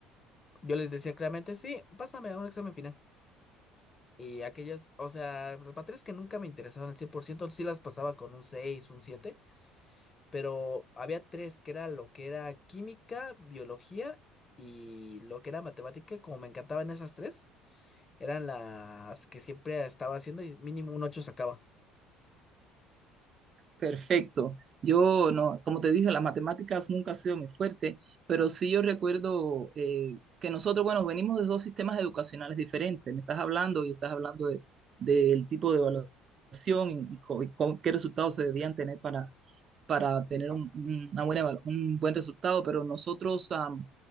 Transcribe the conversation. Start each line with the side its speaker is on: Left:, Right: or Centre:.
Left: yo les decía claramente, sí, pásame a un examen final. Y aquellas, o sea, las materias que nunca me interesaban al 100% sí las pasaba con un seis un siete pero había tres que era lo que era química, biología y lo que era matemática, como me encantaban esas tres, eran las que siempre estaba haciendo y mínimo un 8 sacaba.
Right: Perfecto. Yo no, como te dije, las matemáticas nunca ha sido mi fuerte, pero sí yo recuerdo eh, que nosotros, bueno, venimos de dos sistemas educacionales diferentes. Me estás hablando y estás hablando de- del tipo de evaluación y, y co- y con qué resultados se debían tener para, para tener un, una buena, un buen resultado, pero nosotros am,